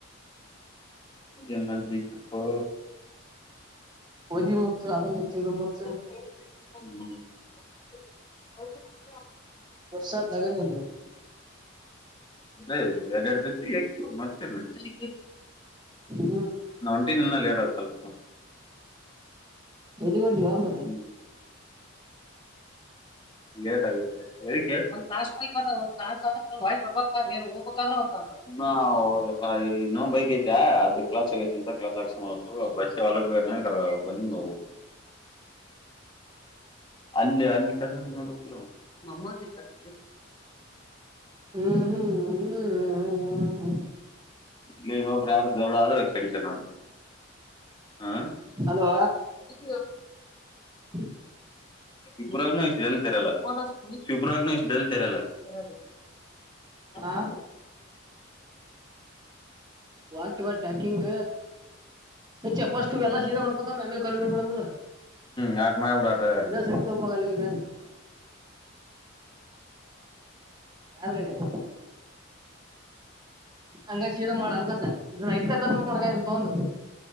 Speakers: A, on the left; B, on the right.
A: ಎನ್ನಾ ಲಿಟ್ಟ ಪೋ
B: ಒದಿ ಮುಚ್ಚ ಅದು ಮುಚ್ಚ ಇದು ಮುಚ್ಚ
A: ಹು <unintelligible>
B: ವರ್ಷಾತ್ ತಗ ನಿಂದು
A: ಅದೇ ಎರಡೆರಡು ತತ್ತಿ ಹಾಕ್ಬೇದ ಮತ್ತೆ
B: ಹು
A: ಹೊಂಟಿಲ್ಲ ಇನ್ನ ಲೇಟ್ ಆಗುತ್ ಸ್ವಲ್ಪ್ <unintelligible>
B: ಎಲ್ಲಿಗೊಂಟಿಯೋ ಆ ಮ.
A: ತಡ್ರಿ ಲೇಟ್ ಆಗುತ್ತೆ ಎದಕ್ಕೆ ಒಂದು ತಾಸು ಹೋಗಿ ಬರಕೇ ಒಂದು ತಾಸು ಆಗುತ್ತೆ ಒಳ್ಳಿ ಒಂದು ಹೋಗ್ಬೇಕಾದ್ರೆ ಒನ್ ತಾಸ್ ಆಗುತ್ತೆ. ಇನ್ನು ಇನ್ನೋ ಬೈಕ್ ಐತೆ ಅದ ಕ್ಲಚ್ ಹೊಗೈತಿಂತ ಕ್ಲಚ್ ಹಾಕಸ್ಕೊಂಡ್ ಬರ್ಕ್. ಹಲೋ ಬಸ್ಯ ಹೊಲಕ್ಕೆ ಹೋಗ್ಯಾನ ಹಂಗಾರ ಬಂದಿದ ಹೋಗ್ಬೇಕ್. ಅಲ್ಲೆ ಅಲ್ಲಿ ತಗದ ನೋಡಬೇಕಿಲ್ಲ ಅವ ಮಮೋಜಿಶ್ಬುದ್ದಿ.
B: ಹು ಹು ಹು ಹು ಹು
A: ಇಲ್ಲನೊಬ್ರ ಯಾರ ದೋಳ ಆದ್ರ ಕಡಿತ ನಾನು ಹ.
B: ಹಲೋ..
A: ತಿಕ್ಲಿ
B: <inaudible>
A: ಶವಪುರಗ ಇಷ್ಟು ಜಲ್ ತೆರಲ್ಲ ಶಿವ ಪುರಣ್ಣ ಇಷ್ಟು ಜಲ್ ತೆರೆಯಲ್ಲ ತೆರೆಲ್ಲ ರಿ. ಏನಪ್ಪಾ
B: ಹಾ ವಾಟ್ ಯುವರ್ ಟಾಕಿಂಗ್. ಇಚ್ಚ ಫಸ್ಟು ಎಲ್ಲ ಸೀದ ಮಾಡ್ಕಂತ ಆಮೇಲೆ ಕಲ್ <unintelligible>
A: ನಾಕ್ ಮಂದ್ <unintelligible>
B: ಇನ್ನೊಂದು ಸಂಕ್ಕೆ ತಗೊಬೊಗ್ ಅಲ್ಹೋಗ್ <unintelligible> ಯಾರ್ ಗಡೆಗೆ. ಹಂಗ ಶೀದಾ ಮಾಡ ಅನ್ಕತ್ತ ಇದ ಇಡ್ತ ಕಚ್ಕೊಂಡ ತಗೊಂದು